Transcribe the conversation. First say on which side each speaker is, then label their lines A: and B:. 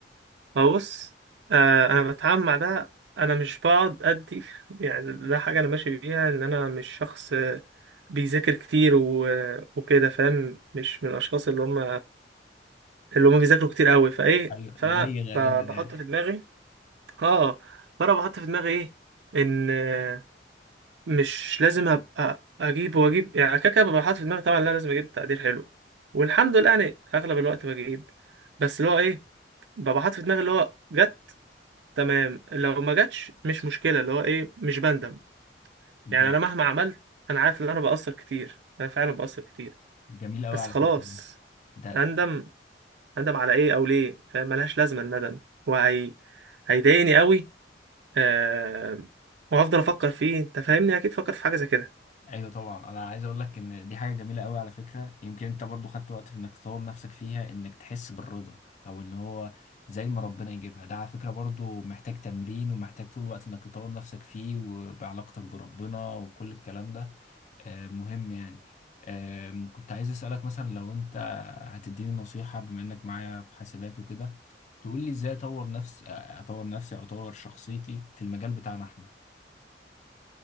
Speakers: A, on the right (about 75°); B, on the left (about 45°).
A: بص آه، انا بتعامل مع ده انا مش بقعد ادي يعني ده حاجة انا ماشي بيها ان انا مش شخص آه، بيذاكر كتير و... وكده فاهم مش من الاشخاص اللي هم اللي هم بيذاكروا كتير قوي فايه
B: أيوه
A: فانا
B: زي غالبا
A: ب... بحط
B: يعني
A: في دماغي اه فانا بحط في دماغي ايه ان آه، مش لازم ابقى اجيب واجيب يعني كده كده ببقى حاطط في دماغي طبعا لا لازم اجيب تقدير حلو والحمد لله يعني اغلب الوقت بجيب بس اللي هو ايه ببقى حاطط في دماغي اللي هو جت تمام لو ما جاتش مش مشكله اللي هو ايه مش بندم يعني
B: ج-
A: انا مهما عملت انا عارف ان انا بقصر كتير انا فعلا بقصر كتير
B: جميل أوي
A: بس
B: على
A: خلاص
B: فكرة ده ده-
A: اندم اندم على ايه او ليه فاهم ملهاش لازمه الندم وهي هيضايقني قوي آه... وهفضل افكر فيه انت فاهمني اكيد فكرت في حاجه زي كده
B: أيوه طبعا أنا عايز أقول لك إن دي حاجة جميلة أوي على فكرة يمكن أنت برضو خدت وقت في إنك تطور نفسك فيها إنك تحس بالرضا أو اللي هو زي ما ربنا يجيبها ده على فكرة برضو محتاج تمرين ومحتاج طول الوقت إنك تطور نفسك فيه وبعلاقتك بربنا وكل الكلام ده آه، مهم يعني آم، كنت عايز أسألك مثلا لو أنت هتديني نصيحة بما إنك معايا في حاسبات وكده تقول لي إزاي أطور نفسي أطور نفسي أو أطور شخصيتي في المجال بتاعنا إحنا